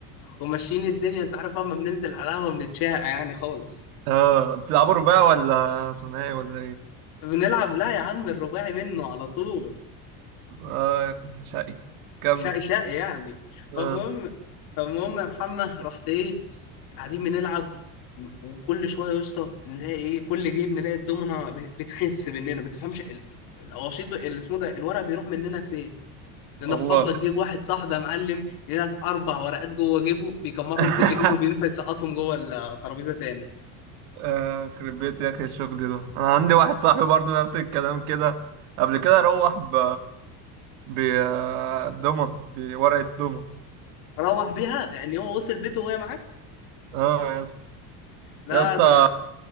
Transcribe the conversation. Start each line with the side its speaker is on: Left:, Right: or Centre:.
Left: وماشيين الدنيا انت عارف اما بننزل على قهوه بنتشاقى يعني خالص
Right: اه بتلعبوا رباع ولا ثنائي ولا ايه؟
Left: بنلعب لا يا عم الرباعي منه على طول
Right: اه يا اخي شقي كمل
Left: شقي شقي يعني
Right: اه
Left: فالمهم فالمهم يا محمد رحت ايه قاعدين بنلعب وكل شويه يا اسطى نلاقي ايه كل جيم نلاقي الدومنه بت- بتخس مننا ما تفهمش ال- الوشيط ب- اللي اسمه ده الورق بيروح مننا فين ننفض
Right: الله
Left: لك جيب واحد صاحبي يا معلم لك اربع ورقات جوه جيبه بيكمرهم
Right: <laughs>
Left: كل جيم وبينسى يسقطهم جوه الترابيزه تاني
Right: آه، يخرب بيت يا اخي الشغل ده انا عندي واحد صاحبي برضو نفس الكلام كده قبل كده روح ب ب دومنة بورقة دومنة
Left: روح بيها يعني هو وصل بيته وهي معاه
Right: اه يا اسطى
Left: لا
Right: يا اسطى
Left: ده